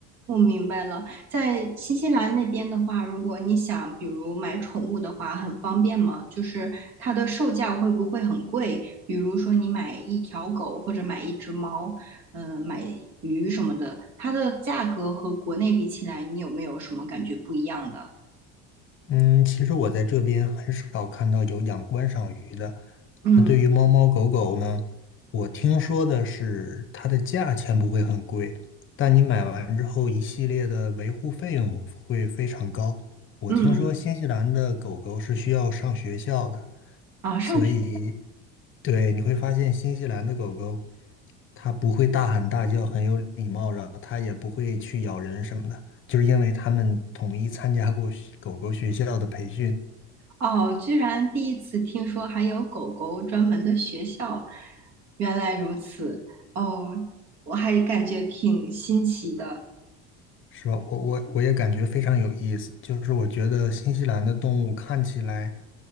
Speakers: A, on the right; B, on the left.
A: 我明白了。在新西兰那边的话，如果你想比如买宠物的话，很方便吗？就是它的售价会不会很贵？比如说你买一条狗或者买一只猫，嗯、买鱼什么的，它的价格和国内比起来，你有没有什么感觉不一样的？
B: 嗯，其实我在这边很少看到有养观赏鱼的。
A: 嗯。
B: 那对于猫猫狗狗呢，我听说的是它的价钱不会很贵，但你买完之后一系列的维护费用会非常高。我听说新西兰的狗狗是需要上学校的，
A: 嗯嗯啊，上学
B: 所以对你会发现新西兰的狗狗它不会大喊大叫，很有礼貌，然后它也不会去咬人什么的。就是因为他们统一参加过学狗狗学校的培训，
A: 哦，居然第一次听说还有狗狗专门的学校，原来如此哦，我还感觉挺新奇的
B: 是吧？我我我也感觉非常有意思。就是我觉得新西兰的动物看起来，